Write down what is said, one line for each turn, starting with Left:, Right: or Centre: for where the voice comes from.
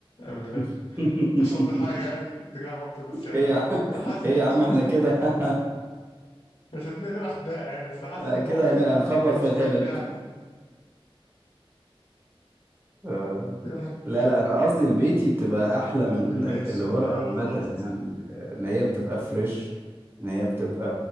Left: من غير
Right: <laughs>
Left: مش قصدي حاجة يعني تجاه مامتك بس يعني
Right: ايه يا عم
Left: أنا حاسس
Right: ايه
Left: <laughs>
Right: يا عم احنا كده <laughs>
Left: مش عايزين نقلبها خناقة يعني بس حاسس
Right: آه،
Left: إن
Right: كده
Left: مامتي
Right: هن- هنخبط
Left: بتعمل مكرونة
Right: في
Left: بشاميل
Right: الحلل
Left: يعني
Right: آه.
Left: <laughs>
Right: لا لا انا قصدي البيتي بتبقى احلى من
Left: البيت
Right: اللي بره
Left: أيوه
Right: عامه
Left: بالظبط
Right: يعني آه، ان هي بتبقى فريش ان هي بتبقى